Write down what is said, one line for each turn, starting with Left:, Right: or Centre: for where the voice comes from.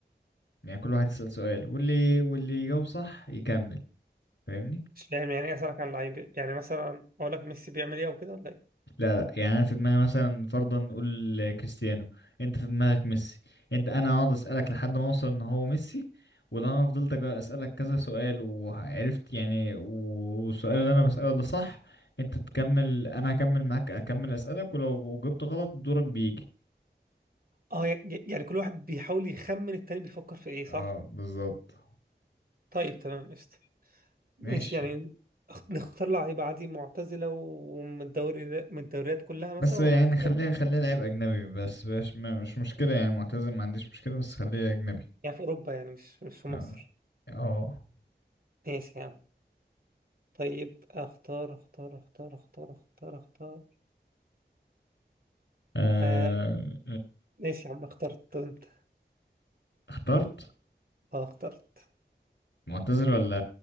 Left: يعني كل واحد يسأل سؤال واللي واللي يجاوب صح يكمل فاهمني
Right: مش فاهم يعني ايه اسألك عن لعيب يعني مثلا اقول لك ميسي بيعمل ايه او كده ولا ايه
Left: لا لا يعني انا في دماغي مثلا فرضا نقول كريستيانو انت في دماغك ميسي انت انا اقعد اسالك لحد ما اوصل ان هو ميسي ولو انا فضلت أج- اسالك كذا سؤال وعرفت يعني والسؤال اللي انا بساله ده صح انت تكمل انا هكمل معاك اكمل اسالك ولو جبت غلط دورك بيجي
Right: اه ي- ي- يعني كل واحد بيحاول يخمن التاني بيفكر في ايه صح
Left: اه بالظبط
Right: طيب تمام قشطة ماشي
Left: ماشي
Right: يعني اخ- نختار لعيبة عادي معتزلة ومن الدوري من الدوريات كلها مثلا
Left: بس يعني
Right: ولا نختار
Left: خليها خليها لعيب اجنبي بس مش مش مشكله يعني معتزل ما عنديش مشكله بس خليها اجنبي
Right: يعني في اوروبا يعني مش مش في
Left: اه
Right: مصر
Left: اه
Right: ماشي يا عم طيب اختار اختار اختار اختار اختار اختار
Left: آه،
Right: آه ماشي يا عم اخترت انت
Left: اخترت
Right: اه اخترت
Left: معتذر ولا